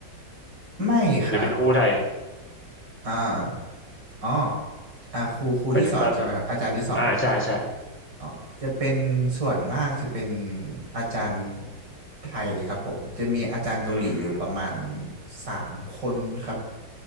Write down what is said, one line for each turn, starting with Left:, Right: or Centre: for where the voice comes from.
Right: ไม่ครับ
Centre: หรือเป็นครูไทย
Right: อ่าอ๋ออ่าครูครูที่สอนใช่ไหมครับอาจารย์ที่สอน
Centre: หมายถึงตอนอ่าใช่ใช่
Right: อ๋อจะเป็นส่วนมากจะเป็นอาจารย์ไทยครับผมจะมีอาจารย์เกาหลีอยู่ประมาณ
Centre: อืม
Right: สามคนครับ